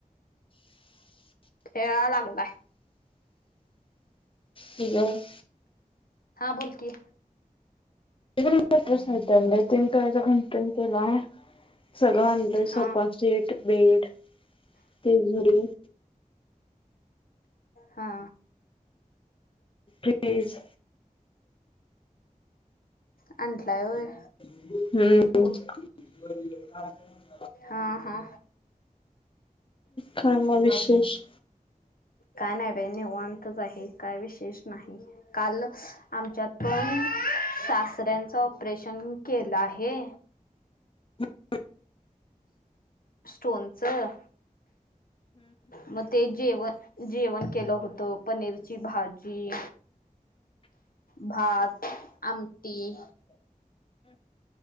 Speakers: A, on the left; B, on the left.
A: खेळाय लागलाय.
B: ह..
A: हा बोलकी...
B: टीर तीन तचा घंट केला... सगळं अडर
A: हा
B: सोफा सीट बेड तिझोरी
A: हा...
B: फ्रीज
A: आणंटलाय होय.
B: हम्म...
A: हा हा...
B: काय मग विशेष...
A: काय नाही बाई निवांतच आहे. काय विशेष नाही. काल आमच्यात पण सासऱ्यांत... ऑपरेशन केलं आहे.
B: हो.
A: स्टोनचं... मग ते जेव जेवण केलं होतं पनीरची भाजी.. भात आमटी